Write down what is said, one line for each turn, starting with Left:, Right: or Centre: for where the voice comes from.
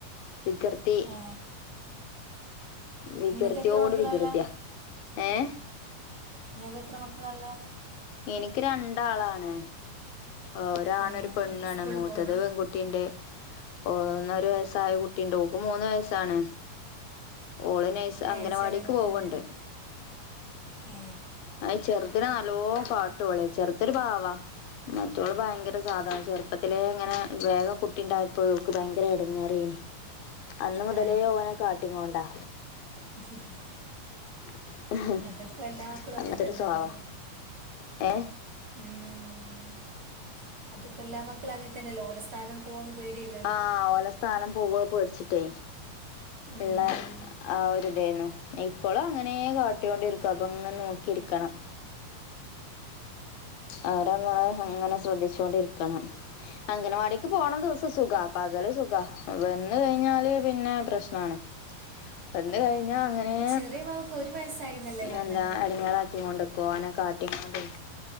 Left: വികൃതി
Right: ഏ
Left: വികൃതിയോട്
Right: നിങ്ങൾക്ക് എത്ര മക്കളല്ലേ
Left: വികൃതിയാ ഏ
Right: ഇങ്ങക്ക് എത്ര മക്കളാ ഇള്ളെ
Left: എനിക്ക് രണ്ടാളാണ് ഒരാണ്
Right: ഏ
Left: ഒരു പെണ്ണാണ്
Right: സ്കൂളിൽ
Left: മൂത്തത്
Right: പോകുന്ന
Left: പെൺകു കുട്ടിണ്ട് ഓ ഒന്ന് ഒരു വയസ്സായ കുട്ടിയിണ്ട് ഓൾക്ക്മൂന്ന് വയസാണ് ഓള് നൈസ്
Right: ഏ
Left: അംഗനവാടിക്ക്
Right: ചെറിയ മക്കൾ
Left: പോവുണ്ട്
Right: തന്നെയല്ലേ ഏ
Left: അഹ് ചെറുതന് നല്ലോ കാട്ടോളെ ചെറുതൊരു പാവാ മറ്റോള് ഭയങ്കര സാധാന ചെറുപ്പത്തിലേ ഇങ്ങനെ വേഗം കുട്ടിണ്ടായപ്പൊ ഓൾക്ക് ഭയങ്കര എടങ്ങേറയ്ന് അന്ന് മുതലേ
Right: ആ,
Left: ഓനെ കാട്ടിങ്ങോണ്ടാ
Right: <inaudible>
Left: <inaudible>
Right: അത് ഇപ്പോ എല്ലാ മക്കളും
Left: അങ്ങനത്തെ
Right: അങ്ങനെ തന്നെല്ലേ
Left: ഒരു സ്വഭാവാ ഏ
Right: ഉം അതിപ്പോ എല്ലാ മക്കളും അങ്ങനെ തന്നെല്ലോ ഓലെ സ്ഥാനം പോകോന്ന് പേടിയല്ലെ
Left: ആഹ് ഓല സ്ഥാനം പോവോ പേടിച്ച്ട്ടെ,
Right: ഉം.
Left: ഇള്ളെ ആ ഒര്തേന്നു ഇപ്പളും അങ്ങനേ കാട്ട്യോണ്ടിര്ക്കാ അപ്പൊങ്ങനെ നോക്കിരിക്കണം. അവരമ്മളെ അങ്ങനെ ശ്രദ്ധിച്ചോണ്ടിരിക്കണം. അംഗനവാടീക്ക് പോണ ദിവസം സുഖാ. പകല് സുഖാ വെന്ന് കഴിഞ്ഞാല് പിന്നെ പ്രശ്നാണ്. വെന്ന് കഴിഞ്ഞാ അങ്ങനേ
Right: ചെറിയ പാവക്ക് ഒരു വയസ്സായി എന്നല്ലേ വർണ്ണങ്ങള്
Left: എന്താ എടങ്ങേറാക്കീങ്ങോണ്ട്ക്കും. ഓനെ ക്കാട്ടീങ്ങാണ്ടു നിക്കും